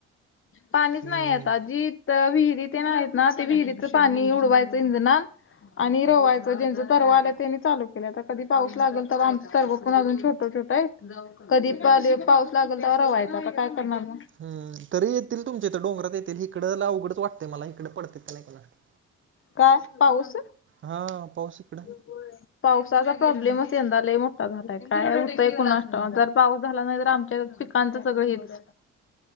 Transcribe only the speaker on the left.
पाणीच
नाही आता जी विहिरी ते आहेत ना ते विहिरीच पाणी उडवायचं इंजनात. आणि रोवायचं ज्यांचं तरवा आलं तेनी चालू आता कधी पाऊस लागल, तेव्हा आमच तरव पण अजून छोटं छोटं आहेत. कधी पाऊस लागेल तवा रवायचां आता काय करणार मग.
काय पाऊस?
होय पावसाचा प्रॉब्लेमच यंदा लय मोठा झालाय काय होतं कोणास ठाऊक जर पाऊस झाला नाही तर आमच्या आमचं सगळं हेच.